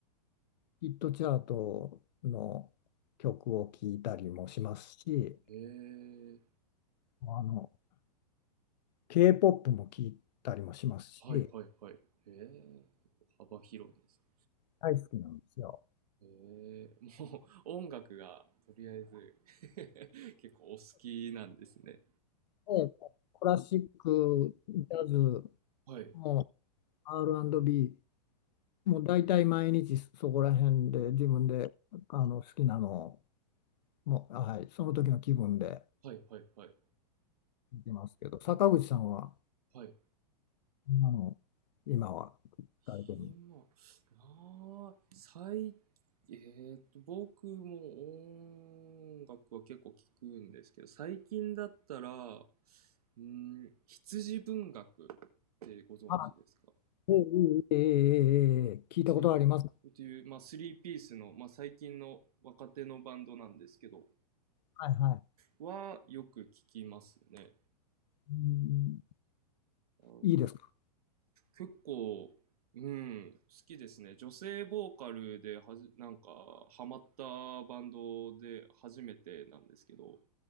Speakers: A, on the left; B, on the right.
A: ヒットチャートの曲を聞いたりもしますし、
B: へえ。
A: あの、K-POP も聞いたりもしますし、
B: はいはいはい。へえ。幅広いですね
A: 大好きなんですよ。
B: えー、もう音楽がとりあえず <laughs> 結構お好きなんですね。
A: もうコラシック、ジャズ、
B: はい、
A: もう R&B、もう大体毎日そこら辺で自分であの好きなのを、もう、はい、その時の気分で
B: はい、はい、はい、
A: いますけど、坂口さんは、
B: はい。
A: あの、今は聞かれてるの
B: 今、なあ、最、えーっと、僕も音楽は結構聞くんですけど、最近だったら、うん、羊文学ってご存知ですかっ
A: あ、ええええええええ聞いたことあります。
B: ていう、っていう、まあ、スリーピースの、まあ、最近の若手のバンドなんですけど、
A: はいはい。
B: はよく聞きますね。
A: うん、
B: あ
A: いいですか。
B: 結構、うん、好きですね。女性ボーカルではじ、なんか、ハマったバンドで初めてなんですけど、